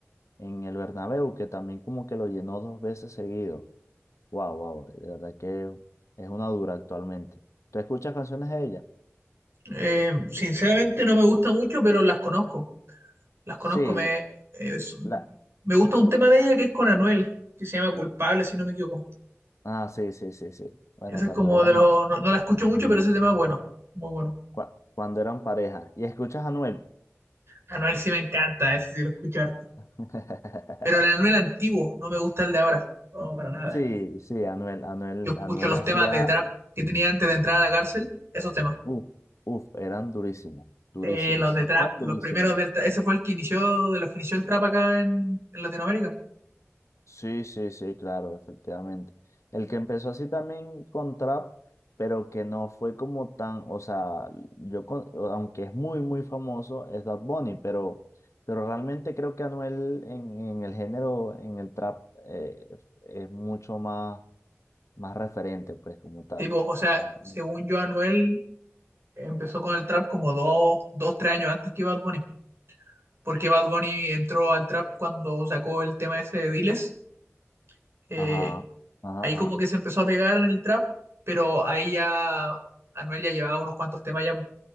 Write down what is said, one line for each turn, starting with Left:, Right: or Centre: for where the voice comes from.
Left: en el Bernabéu, que también como que lo llenó dos veces seguido. Wow, wow, de verdad que es una dura actualmente. ¿Tú escuchas canciones de ella?
Right: Eh, sinceramente no me gusta mucho, pero las conozco. Las conozco,
Left: Sí,
Right: me, es-
Left: la...
Right: me gusta un tema de ella que es con Anuel, que se llama Culpable, si no me equivoco.
Left: Ah, sí, sí, sí, sí. Bueno,
Right: Ese
Left: cuando
Right: es como
Left: eran,
Right: de los, no, no la escucho mucho, pero ese tema es bueno, muy bueno.
Left: cua- cuando eran pareja. ¿Y escuchas a Anuel?
Right: Anuel sí me encanta, ese sí lo escucho harto.
Left: <laughs>
Right: Pero el Anuel antiguo, no me gusta el de ahora, no, para nada.
Left: Sí, sí, Anuel, Anuel,
Right: Yo escucho
Left: Anuel
Right: los
Left: hacía,
Right: temas de trap que tenía antes de entrar a la cárcel, esos temas.
Left: uff, uff, eran durísimos, durísimos,
Right: Eh, los de
Left: con
Right: trap,
Left: son
Right: los
Left: durísimos.
Right: primeros del trap, ese fue el que inició, de los que inició el trap acá en, en Latinoamérica.
Left: Sí, sí, sí, claro, efectivamente. El que empezó así también con trap, pero que no fue como tan, o sea, yo, con- aunque es muy, muy famoso, es Bad Bunny, pero, pero realmente creo que Anuel en, en el género, en el trap, eh, es mucho más, más referente, pues, como tal.
Right: Tipo, o sea,
Left: O sea, mu-
Right: según yo, Anuel empezó con el trap como dos, dos, tres años antes que Bad Bunny. porque Bad Bunny entró al trap cuando sacó el tema ese de Diles. Eh,
Left: ajá, ajá,
Right: ahí como
Left: ajá.
Right: que se empezó a pegar en el trap, pero ahí ya Anuel ya llevaba unos cuantos temas, ya